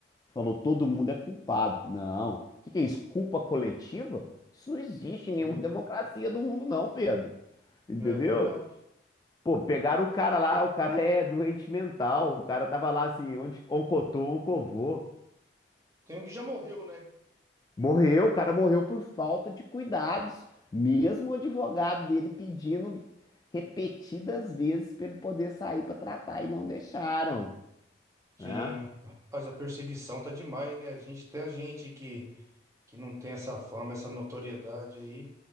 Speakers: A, on the left (about 20°); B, on the right (about 15°).
A: falou todo mundo é culpado. Não, o que que é isso? Culpa coletiva? Isso não existe em
B: Sim,
A: nenhuma democracia do mundo, não, Pedro. Entendeu?
B: é verdade.
A: Pô, pegaram o cara lá, o cara é doente mental, o cara tava lá assim, onde, oncotou, oncovô.
B: Tem um que já morreu, né?
A: Morreu, o cara morreu por falta de cuidados, mesmo o advogado dele pedindo repetidas vezes para ele poder sair para tratar e não deixaram,
B: Sim,
A: né?
B: mas a perseguição tá demais, né? A gente, até a gente que, que não tem essa fama, essa notoriedade aí,